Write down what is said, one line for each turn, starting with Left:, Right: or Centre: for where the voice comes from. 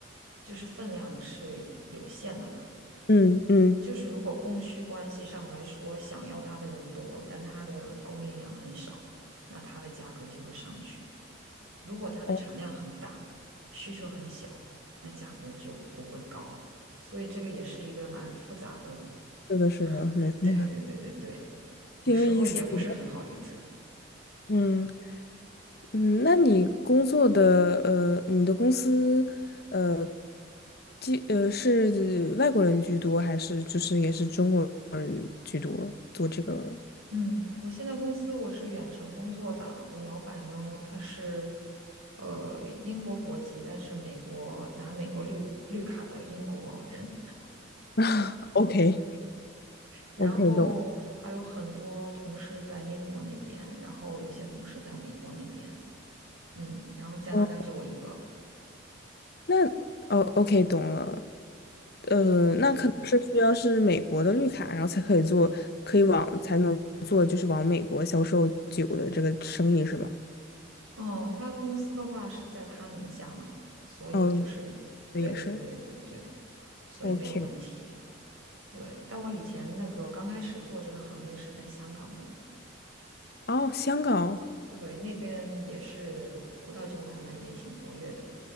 Right: 就是分量是有限的嘛。
Left: 嗯嗯，
Right: 就是如果供需关系上来说，想要它的人多，但它的供应量很少，那它的价格就会上去。如果它的产量很大，
Left: 哦，
Right: 需求很小，那价格就不会高。所以这个也是一个蛮复杂的，
Left: 是的，是的，
Right: <laughs>
Left: 没错，
Right: 对对对对对，有时候也不是很好预测。
Left: 挺有意思的，嗯。嗯，那你工作的呃，你的公司呃，居呃是外国人居多，还是就是也是中国人居多做这个
Right: 嗯，我现在公司我是远程工作的，我老板呢他是呃英国国籍，但是美国拿美国绿绿卡的英国人，
Left: <laughs> OK，
Right: 然后还有很多同事在英国那边，
Left: ？OK，懂。
Right: 然后有些同事在美国那边，嗯，然后加拿大就我一个，
Left: 哦，那哦，OK，懂了。呃，
Right: 对对对，
Left: 那可能是需要是美国的绿卡，然后才可以做，可以往才能做，就是往美国销售酒的这个生意是吗？
Right: 嗯，他公司的话是在他名下嘛，所以就是对对对对对，
Left: 哦，对也是。
Right: 所以没有问题。
Left: OK，
Right: 对，但我以前那个刚开始做这个行业是在香港的，
Left: 哦，香港，
Right: 对，那边也是葡萄酒买卖也挺活跃的。